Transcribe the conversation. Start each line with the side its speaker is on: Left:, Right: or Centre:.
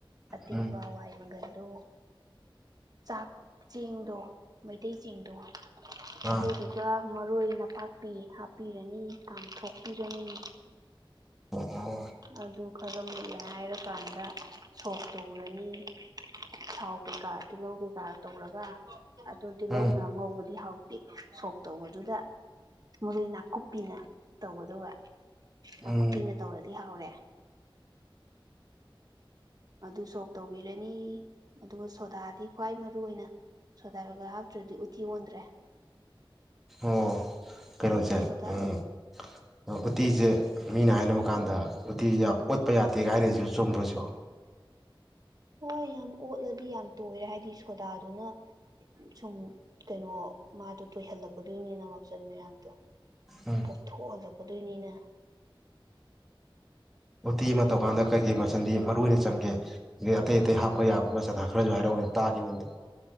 Right: ꯑꯇꯤꯡꯕ
Centre: ꯎꯝ
Right: ꯍꯋꯥꯏ ꯃꯪꯒꯟ ꯑꯗꯣ ꯆꯥꯛ ꯆꯦꯡꯗꯣ ꯃꯩꯇꯩ ꯆꯦꯡꯗꯣ
Centre: ꯑꯥ
Right: ꯑꯗꯨꯗꯨꯒ ꯃꯔꯣꯏ ꯅꯄꯥꯛꯄꯤ ꯍꯥꯞꯄꯤꯔꯅꯤ ꯀꯥꯝꯊꯣꯛꯄꯤꯔꯅꯤ
Centre: ꯑꯣ ꯑꯣ
Right: ꯑꯗꯨ ꯈꯔ ꯃꯨꯟꯂꯦ ꯍꯥꯏꯔꯀꯥꯟꯗ ꯁꯣꯛ ꯇꯧꯔꯅꯤ ꯊꯥꯎ ꯀꯩꯀꯥ ꯇꯤꯜꯍꯧ ꯀꯩꯀꯥ ꯇꯧꯔꯒ ꯑꯗꯨ ꯇꯤꯜꯍꯧꯅ
Centre: ꯎꯝ
Right: ꯉꯧꯕꯗꯤ ꯍꯥꯎ ꯁꯣꯛ ꯇꯧꯕꯗꯨꯗ ꯃꯔꯣꯏ ꯅꯥꯀꯨꯞꯄꯤꯅ ꯇꯧꯒꯗꯕ ꯅꯥꯀꯨꯞꯄꯤꯅ
Centre: ꯎꯝ
Right: ꯇꯧꯔꯗꯤ ꯍꯥꯎꯔꯦ ꯑꯗꯨ ꯁꯣꯛ ꯇꯧꯕꯤꯔꯅꯤ ꯑꯗꯨꯒ ꯁꯣꯗꯥꯗꯤ ꯈ꯭ꯋꯥꯏ ꯃꯔꯨ ꯑꯣꯏꯅ ꯁꯣꯗꯥꯒ ꯍꯥꯞꯇ꯭ꯔꯗꯤ ꯎꯠꯇꯤ ꯑꯣꯟꯗ꯭ꯔꯦ
Centre: ꯑꯣ ꯀꯩꯅꯣꯁꯦ
Right: ꯁꯣꯗꯥ
Centre: ꯎꯝ ꯎꯇꯤꯁꯦ ꯃꯤꯅ ꯍꯥꯏꯅꯕ ꯀꯥꯟꯗ ꯎꯇꯤꯁꯦ ꯌꯥꯝ ꯑꯣꯠꯄ ꯌꯥꯗꯦ ꯀꯥꯏꯅꯁꯤꯁꯨ <unintelligible> ꯆꯨꯝꯕ꯭ꯔꯁꯨ
Right: ꯍꯣꯏ ꯌꯥꯝ ꯑꯣꯠꯂꯗꯤ ꯌꯥꯝ ꯇꯣꯏꯔꯦ ꯍꯥꯏꯕꯗꯤ ꯁꯣꯗꯥꯗꯨꯅ ꯁꯨꯝ ꯀꯩꯅꯣ ꯃꯥꯗꯣ ꯇꯣꯏꯍꯜꯂꯛꯀꯗꯣꯏꯅꯤꯅ ꯃꯥꯆꯟ ꯃꯌꯥꯝꯗꯣ
Centre: ꯎꯝ
Right: ꯄꯣꯞꯊꯣꯛꯍꯜꯂꯒ ꯑꯗꯨꯅꯤꯅ
Centre: ꯎꯇꯤ ꯑꯃ ꯇꯧꯀꯥꯟꯗ ꯀꯩꯀꯩ ꯃꯆꯜꯗꯤ ꯃꯔꯨ ꯑꯣꯏꯅ ꯆꯪꯒꯦ ꯑꯗꯒꯤ ꯑꯇꯩ ꯑꯇꯩ ꯍꯥꯞꯄ ꯌꯥꯕ ꯃꯆꯜ ꯈꯔꯁꯨ ꯍꯥꯏꯔꯛꯎꯅꯦ ꯇꯥꯒꯦ ꯑꯝꯇ